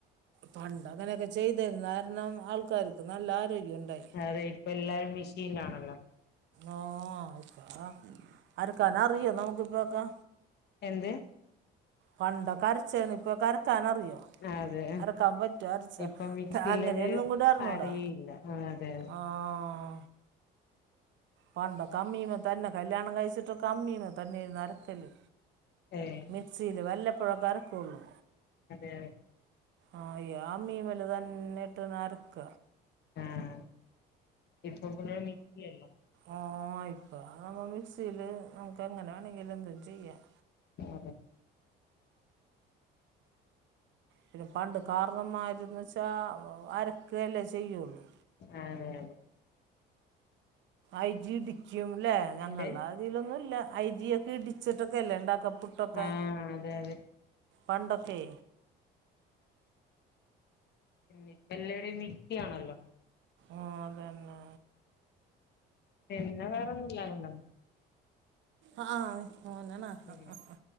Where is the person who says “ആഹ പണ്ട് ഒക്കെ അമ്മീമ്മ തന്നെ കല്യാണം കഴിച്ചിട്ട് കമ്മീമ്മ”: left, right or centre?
Right